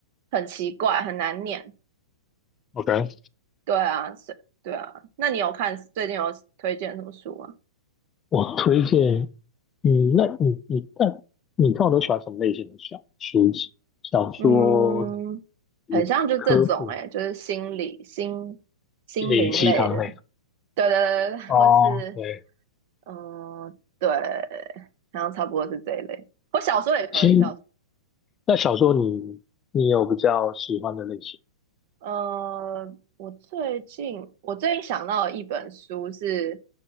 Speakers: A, on the right; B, on the left.
A: 很奇怪，很难念。
B: ？OK，
A: 对啊，是，对啊。那你有看最近有推荐什么书吗？
B: 我推荐嗯，那你你那你看我都喜欢什么类型的小书籍？小说、
A: 嗯，
B: 是科普、
A: 很像就这种哎、欸就是心理心心灵类的，
B: 心灵鸡汤那种？
A: 对对对，对或是
B: 哦，对，
A: 嗯，对，然后差不多是这一类。我小说也可以，
B: 其实
A: 小说。
B: 那小说你你有比较喜欢的类型？
A: 呃，我最近我最近想到一本书是